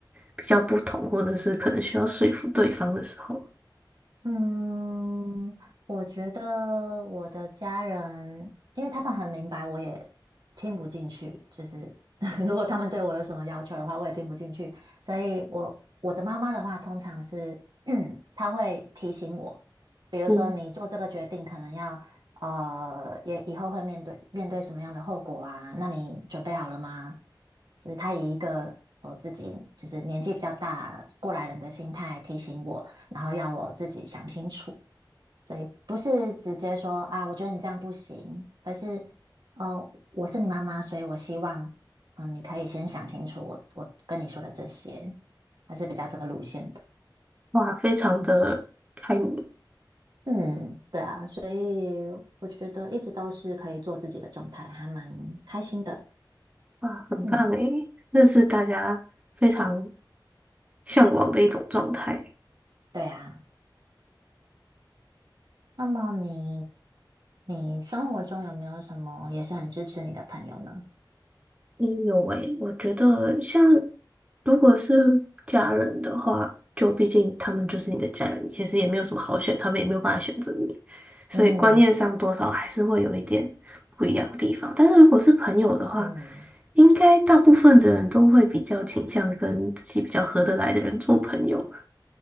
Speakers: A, on the right; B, on the right.
A: 比较不同，或者是可能需要说服对方的时候。
B: 嗯，我觉得我的家人，因为他们很明白，我也听不进去。就是 <laughs> 如果他们对我有什么要求的话，我也听不进去。所以我，我的妈妈的话，通常是，嗯，她会提醒我，比如说你做这个决定，
A: 嗯，
B: 可能要呃，也以后会面对面对什么样的后果啊？那你准备好了吗？就是她以一个我自己就是年纪比较大过来人的心态提醒我。然后要我自己想清楚，所以不是直接说啊，我觉得你这样不行，而是呃，我是你妈妈，所以我希望嗯，你可以先想清楚我我跟你说的这些，还是比较这个路线的。
A: 哇，非常的开明，
B: 嗯，对啊，所以我觉得一直都是可以做自己的状态，还蛮开心的。
A: 哇，很棒诶，
B: 嗯，
A: 这是大家非常向往的一种状态。
B: 对啊。那么你你生活中有没有什么也是很支持你的朋友呢？
A: 嗯，有诶，我觉得像如果是家人的话，就毕竟他们就是你的家人，你其实也没有什么好选，他们也没有办法选择你，所以观念上多少还是会有一点不一样的地方。
B: 嗯
A: 但是如果是朋友的话，
B: 嗯
A: 应该大部分的人都会比较倾向跟自己比较合得来的人做朋友，